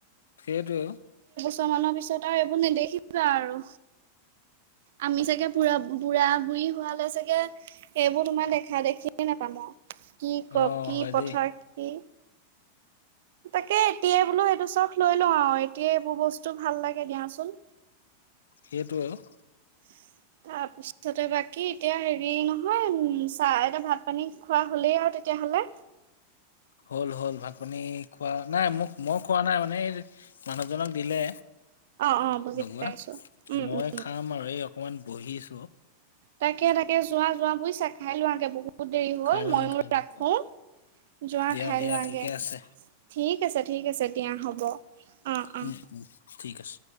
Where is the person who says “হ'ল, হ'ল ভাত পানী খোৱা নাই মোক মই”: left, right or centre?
Left